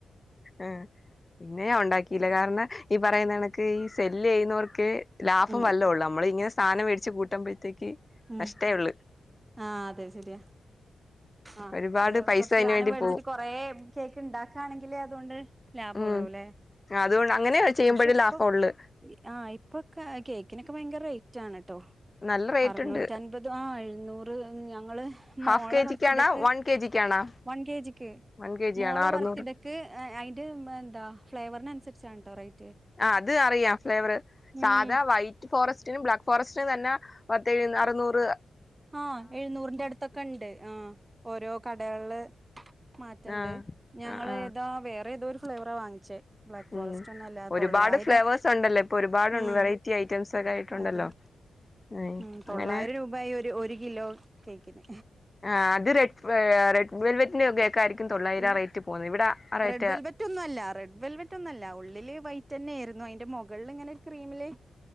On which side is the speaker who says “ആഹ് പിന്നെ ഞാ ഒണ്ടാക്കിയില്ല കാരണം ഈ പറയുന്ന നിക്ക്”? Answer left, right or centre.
Left